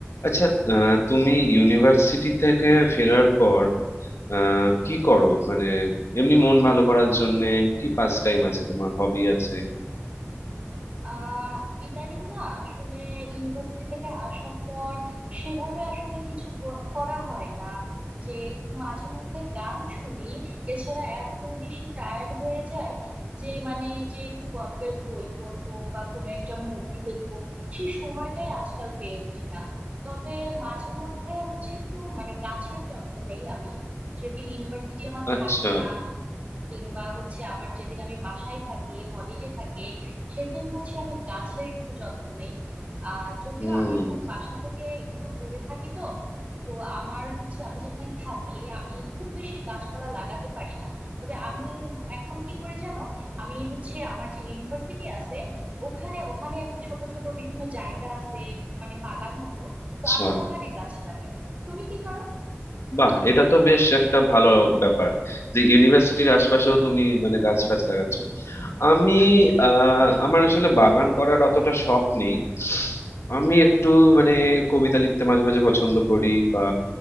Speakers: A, on the left; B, on the right.
A: আচ্ছা আহ, তুমি ইউনিভার্সিটি থেকে ফেরার পর আহ, কি করো মানে এমনি মন ভালো করার জন্য কি পাস টাইম আছে তোমার হবি আছে
B: আহ ইদানিং না আসলে ইউনিভার্সিটি থেকে আসার পর সেভাবে আসলে কিছু কর- করা হয় না যে একটু মাঝে মধ্যে গান শুনি এছাড়া এত বেশি টায়ার্ড হয়ে যায় যে মানে যে একটু গল্পের বই পড়বো বা কোনো একটা মুভি দেখবো সেই সময়টাই আজকাল পেয়ে ওঠে না তবে মাঝে মধ্যে হচ্ছে একটু মানে গাছের যত্ন নেই আমি যেদিন ইউনিভার্সিটি আমার
A: আচ্ছা
B: থাকে না কিংবা হচ্ছে আমার যেদিন আমি বাসায় থাকি হলিডে থাকে সেদিন হচ্ছে আমি গাছের একটু যত্ন নেই আহ যদিও
A: হুম
B: আমি এখন বাসা থেকে একটু দূরে থাকি তো তো আমার হচ্ছে আমি যেখানে থাকি আমি খুব বেশি গাছপালা লাগাতে পারি না তবে আমি এখন কি করে জানো আমি হচ্ছে আমার যে ইউনিভার্সিটি আছে ওখানে ওখানে ছোট ছোট বিভিন্ন জায়গা আছে মানে বাগান মতো
A: আচ্ছা
B: তো আমি ওখানে গাছ লাগাই তুমি কি করো
A: বাহ এটা তো বেশ একটা ভালো ব্যাপার যে ইউনিভার্সিটির আশপাশেও তুমি মানে গাছ ফাছ লাগাচ্ছ আমি আহ আমার আসলে বাগান করার অতটা শখ নেই আমি একটু মানে কবিতা লিখতে মাঝে মাঝে পছন্দ করি বা